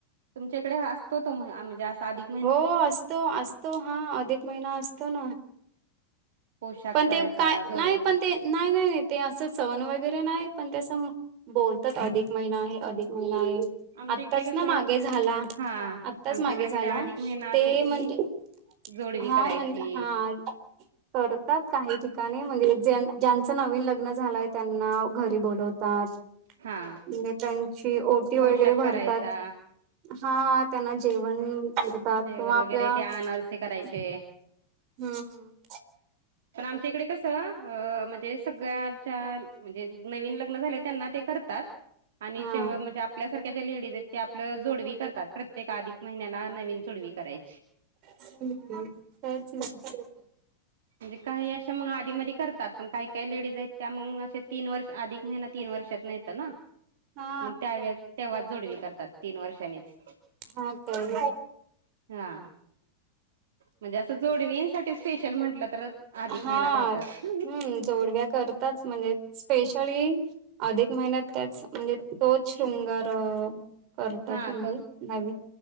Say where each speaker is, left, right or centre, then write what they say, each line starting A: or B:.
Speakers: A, on the right; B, on the right.
A: तुमच्या इकडे असतो तो म्ह -म्हणजे असा आधिक?
B: हो असतो, असतो, हा अधिक महिना असतो ना.
A: पोशाख
B: पण
A: करायचा
B: ते काय
A: जोडवी
B: नाही, पण
A: काय?
B: ते नाही, नाही, नाही ते असं सहण वगैरे नाही पण ते असं - बोलतात अधिक महिना आहे, अधिक महिना आहे.
A: आमच्या
B: आत्ताच
A: इकडे कसं
B: ना मागे झाला.
A: हा
B: आत्ताच
A: आमच्या
B: मागे
A: इकडे
B: झाला
A: म्हणजे अधिक महिना असेल
B: ते म्हणजे
A: की जोडवी
B: हा
A: करायची
B: मंजे हा. करतात काही ठिकाणी म्हणजे ज ज्यांच नवीन लग्न झालंय त्यांना. घरी बोलवतात
A: हा
B: म्हजे त्यांची ओटी
A: पोशाख
B: वगैरे भरतात.
A: करायचा
B: हा. त्यांना जेवण करतात
A: जेवण
B: किंवा
A: वगैरे
B: आपल्या
A: ते अनारसे करायचे
B: -- हम्.
A: पण आमच्या इकडे कसं अ म्हणजे सगळ्याच्या म्हणजे नवीन लग्न झाले त्यांना ते -- तात आणि
B: हा.
A: जे म्हणजे आपल्यासारख्या जे लेडीज आहेत आपलं जोडवी करतात. प्रत्येक आधिक महिन्याला नवीन जोडवी करायची.
B: हम्म त्याच <unintelligible>
A: म्हणजे काही अशा मग आधी मधी करतात, पण काही काही लेडीज आहेत त्या मग असे तीन वर्ष आधी महिना तीन वर्षात येतोना,
B: हा
A: मग त्या वेळेस तेव्हा च जोडवी करतात. तीन वर्षांनीच.
B: हा काय
A: हा, म्हणजे अस जोडवींसाठी स्पेशल म्हंटलं तर अधिक
B: हा,
A: महिना धरतात
B: हम्म जोडव्या करताच म्हणजे स्पेशली अधिक महिन्यात त्याच, म्हणजे तोच शृंगार. करतात
A: हा
B: म्हणजे, नाग,